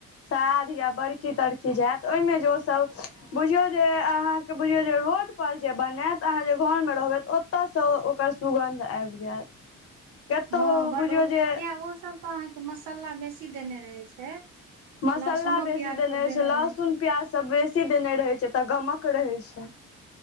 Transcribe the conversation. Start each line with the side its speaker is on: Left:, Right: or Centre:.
Left: श्रार्ध या बरकी -तरकी जे हैत ओहिमे जे ओ सभ बुझियौ जे अहाँके बुझियौ जे रोडपर जे बनायत अहाँ जे घर में जे रहबै ओ ओतय सँ ओकर सुगन्ध आबि जायत। कतहु
Right: हँ बड
Left: बुझियौ
Right: अ
Left: जे
Right: किया ओ सब तऽ अहाँके मसाला बेस बेसी देने रहे छै,
Left: मसाला
Right: लहसुनो
Left: बेसी
Right: प्याज सब
Left: रहै
Right: देने
Left: छै लहसुन
Right: रहे छै।
Left: प्याज सब बेसी देने रहै छै, तऽ गमक रहै छै।